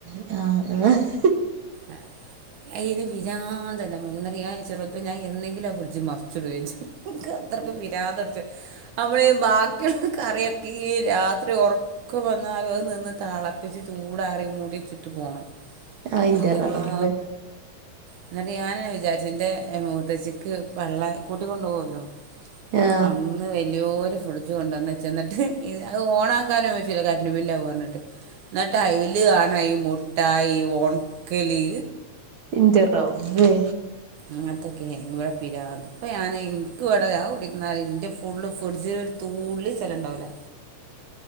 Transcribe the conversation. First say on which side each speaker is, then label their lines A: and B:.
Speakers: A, on the right; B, on the right.
A: ആ
B: ആ അയിന് വിരാന്തല്ല ന്നട്ട് ഞയാരിച്ചും ഞാൻ എന്നെങ്കിലും ആ ഫ്രിഡ്ജ് മറിച്ചിടേം ചെയ്യും എനിക്ക് അത്രക്ക് പ്പിരാന്ത് പുടിച്ചും നമ്മള് ബാക്കിയുള്ള കറിയൊക്കെ ഈ രാത്രി ഉറക്ക ഒക്കെ വന്നാലും അത് നിന്ന് തളപ്പിച്ച് ചൂടാറി മൂടി വെച്ചിട്ട് പോണം
A: ആ ഇന്റെ
B: എന്റള്ളാ
A: റബ്ബേ
B: എന്നിട്ട് ഞാന് വിചാരിച്ചു എന്റെ മൂത്തച്ചി ക്ക് പള്ള കൂട്ടി കൊണ്ടു പോകുവല്ലോ
A: ആ
B: അന്ന് വലിയോര് ഫ്രിഡ്ജ് ഇണ്ടന്ന് വച്ച് ന്നിട്ട് അത് ഓണക്കാനും പറ്റില്ല കറന്റ് ബില്ല് ആവും പറഞ്ഞിട്ട് എന്നിട്ട് അയിൽ ആണ് ഈ മുട്ടായി ഈ ഓണക്കല്
A: ഇന്റെ റബ്ബേ
B: അങ്ങനെതൊക്കെ ഇവിടെ പിരാന്ത്‌ ഇപ്പ ഞാന് ഇൻക്ക് ഇവിടെ ഞാൻ കുതിർന്നലെ ഇവിട എന്റെ ഫുള്ള് ഫ്രിഡ്ജ് തൂള്ളി സ്ഥലം ഉണ്ടാവില്ല